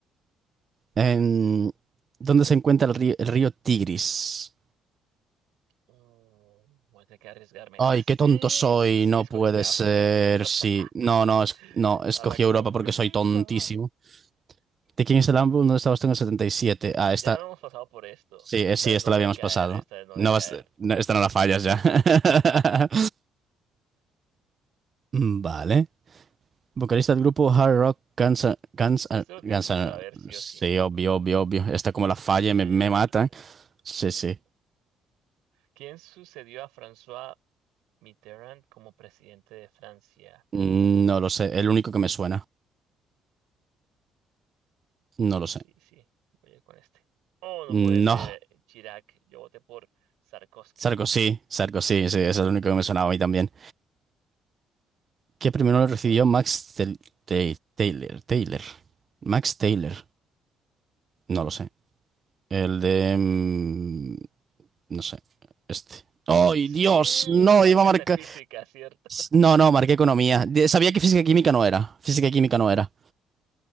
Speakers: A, on the right; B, on the right.
A: En- ¿dónde se encuentra el río, el río Tigris?
B: Mm, voy a tener que arriesgarme.
A: Ay,
B: Ah, sí,
A: qué tonto soy,
B: sí,
A: no
B: escogiste
A: puede
B: África,
A: ser.
B: ¿cierto?
A: Sí,
B: <laughs>
A: no, no, es, no, escogí
B: A la cabeza.
A: Europa porque soy tontísimo. ¿De quién es el álbum? ¿Dónde estabas tú en el 77? Ah, esta,
B: Ya no hemos pasado por esto.
A: sí, eh,
B: Esta
A: sí,
B: vez
A: esta
B: no voy
A: la habíamos
B: a caer,
A: pasado.
B: esta vez no
A: No
B: voy a caer.
A: vas, no, esta no la fallas
B: <laughs>
A: ya. <laughs> Mm, Vale. Vocalista del grupo Hard Rock Guns, N- Guns,
B: Esto
A: N-
B: lo
A: Guns
B: tienes que
A: N-
B: saber sí
A: Sí,
B: o sí,
A: obvio, obvio, obvio. Esta como la falle
B: cultura
A: me, me
B: general.
A: mata. Sí, sí.
B: ¿Quién sucedió a François Mitterrand como presidente de Francia?
A: Mm, No lo sé. El único que me suena. No lo sé.
B: Sí, sí, voy a ir con este. Oh, no
A: No,
B: puede ser eh, Chirac. Yo voté por Sarkozy.
A: Sarkozy, Sarkozy, sí, ese es el único que me sonaba a mí también. ¿Qué primero lo recibió
B: A ver.
A: Max Tel- Tay- Taylor? Taylor. Max Taylor. No lo sé. El de... mm, No sé. Este. ¡Ay,
B: Sí,
A: Dios! No,
B: marcaste
A: iba a marcar...
B: <laughs> física, ¿cierto?
A: No, no, marqué economía. De- Sabía que física
B: Ah.
A: y química no era. Física y química no era.